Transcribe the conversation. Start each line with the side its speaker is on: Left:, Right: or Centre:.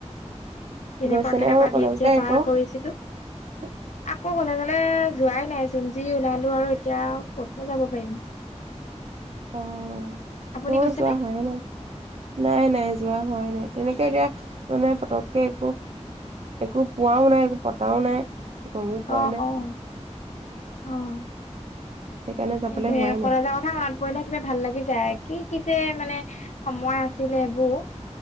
Left: কেনেকুৱা
Right: গৈছে
Left: কেনেকুৱা
Right: নে আৰু
Left: দিন
Right: কলেজ
Left: যে
Right: আকৌ
Left: পাৰ কৰিছিলো
Right: <inaudible>
Left: আকৌ কলেজলৈ যোৱাই নাই চোন যি ওলালো আৰু এতিয়া ক'তনো যাব পাৰিম। <inaudible>
Right: অ
Left: আপুনি
Right: মৰো
Left: গৈছেনে?
Right: যোৱা হোৱাই নাই নাই নাই যোৱা হোৱাই নাই তেনেকে এতিয়া মানে পতককে একো একো পোৱাও নাই একো পতাও নাই গমো পোৱা
Left: অ'
Right: নাই।
Left: অ' অ সটোয়ে
Right: সেইকাৰণে যাবলে হোৱাই
Left: কলেজৰ
Right: নাই
Left: কথা মনত পৰিলে কিবা ভাল লাগি যায়। কি কি যে মানে সময় আছিলে এইবোৰ